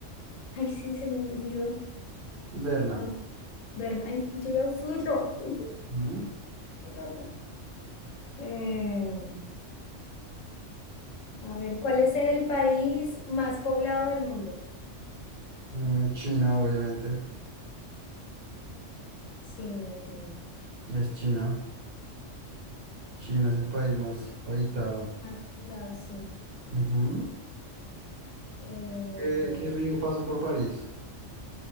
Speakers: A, on the left (about 80°); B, on the right (about 50°).
A: Ay, sí, se me olvidó.
B: Berna.
A: No, Berna. Ay, yo iba a decirlo. <laughs>
B: Ujú.
A: Pelota. Eh, a ver, ¿cuál es el país más poblado del mundo?
B: Mm, China, obviamente.
A: Sí, muy bien.
B: Es China. China es el país más habitado.
A: Más poblado, sí.
B: Ujú.
A: Eh,
B: ¿Qué,
A: bueno,
B: qué río pasa por París?